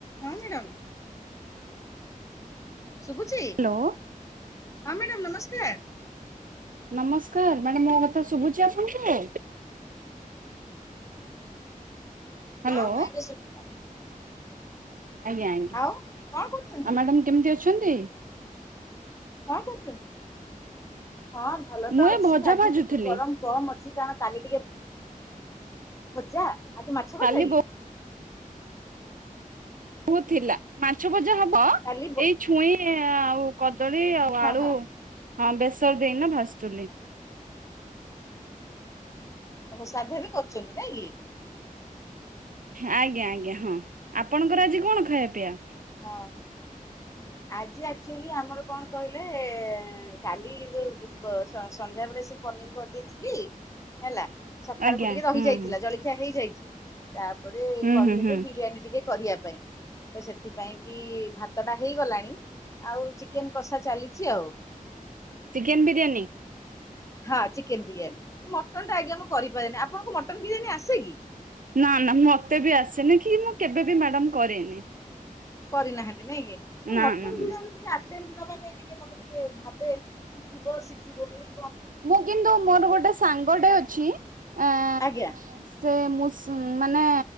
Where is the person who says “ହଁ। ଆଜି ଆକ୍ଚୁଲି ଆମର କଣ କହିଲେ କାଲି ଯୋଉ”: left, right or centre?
Left